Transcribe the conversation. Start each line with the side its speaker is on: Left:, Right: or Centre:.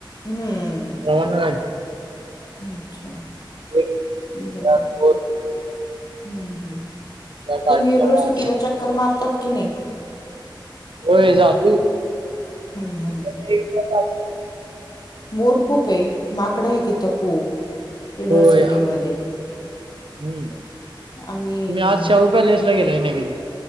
Left: हम्म.
Right: सर्वांना लागते.
Left: अच्छा,
Right: एक
Left: बर
Right: घरात
Left: हम्म
Right: दोन,
Left: हम्म.
Right: त्या गाडीचा
Left: तुम्ही युनिव्हर्सिटीला
Right: वास
Left: चक्कर मारतात की नाई?
Right: होय जातोय
Left: हम्म.
Right: <unintelligible>
Left: मोर खूपये, माकड आहे तिथं खूप, युनिव्हर्सिटीमध्ये.
Right: होय हम्म.
Left: आम्ही
Right: तुम्ही आज शाहू पॅलेस ला गेलाय काय नाई कधी?